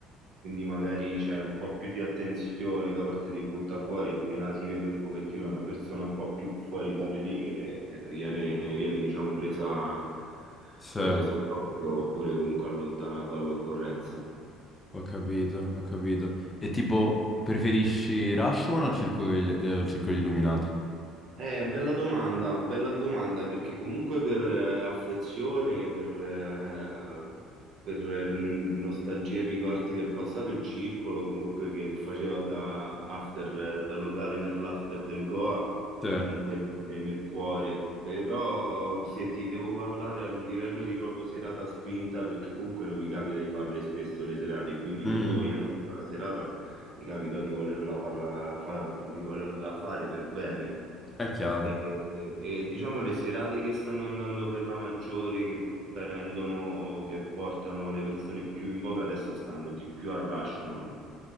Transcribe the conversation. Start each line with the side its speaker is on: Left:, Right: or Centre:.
Right: Quindi magari c'è un po' più di attenzione da parte dei buttafuori, appena si vede un pochettino una persona un po' più fuori dalle righe, eh, viene, viene diciamo presa,
Left: sì.
Right: presa sott'occhio oppure comunque allontanata dall'occorrenza.
Left: Ho capito, ho capito. E tipo, preferisci Rashomon o Circolo, degli- eh, o Circolo degli Illuminati?
Right: Eh, bella domanda, bella domanda, perché comunque per eh, affezione, per, eh, per eh, nostalgia e ricordi del passato, il circolo comunque che faceva da after, eh, da locale per l'after del Goa,
Left: Sì.
Right: comunque rimane nel cuore. Però se ti devo parlare a livello di proprio serata spinta, perché comunque non mi capita di farle spesso le serate, quindi
Left: Mm,
Right: quando voglio andare a fare una serata mi capita di volerla farla- fa- di volerla fare per bene.
Left: è chiaro.
Right: E, e- e, diciamo le serate che stanno andando per la maggiore, che prendono, che portano le persone più in voga, adesso stanno di più a Rashomon,